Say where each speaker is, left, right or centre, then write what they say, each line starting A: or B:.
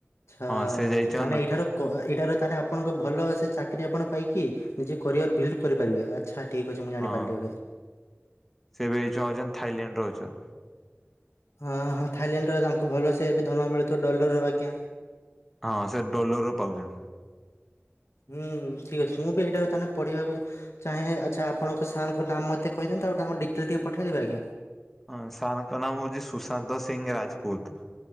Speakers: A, on the left; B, in the centre.
A: ଆଛା
B: ହଁ ସେ ଯାଇଛନ୍
A: ତାହେଲେ ଏଇଠାର କହା ଏଇଟାର ତା ଆହେଲେ ଆପଣଙ୍କ ଭଲ ସେ ଚାକିରି ଆପଣ ପାଇକି ନିଜେ କୋରିଅର ବିଲ୍ଡ କରିପାରିବେ। ଆଚ୍ଛା, ଠିକ ଅଛି ମୁଁ ଜାଣି
B: ହଁ
A: ପାରିଲି ଏବେ।
B: ସେ ଏବେ <unintelligible> ଥାଇଲାଣ୍ଡ ର ଅଛ।
A: ହଁ ହଁ ଥାଇଲାଣ୍ଡର ତାଙ୍କୁ ଭଲ ସେ ଏବେ ଦରମା ମିଳୁଥିବ ଡଲର ହେରିକା।
B: ହଁ ହଁ ସେ ଡୋଲରରୁୁ ପାଉଛନ୍
A: ହୁଁ ଠିକ୍ ଅଛି ମୁଁ ବି ହେଇଟା ବର୍ତମାନ ପଢିବା କୁ ଚାହେ ଆଚ୍ଛା ଆପଣଙ୍କ ସାର୍ ଙ୍କ ନାଁ ମତେ କହିଦିଅନ୍ତୁ। ଆଉ ତାଙ୍କୁ ଡିଟେଲ୍ ଟିକେ ପଠେଇଦେବେ ଆଜ୍ଞା।
B: ହଁ ସାରଙ୍କ ନାମ ହଉଚି ସୁଶାନ୍ତ ସିଂହ ରାଜପୁତ।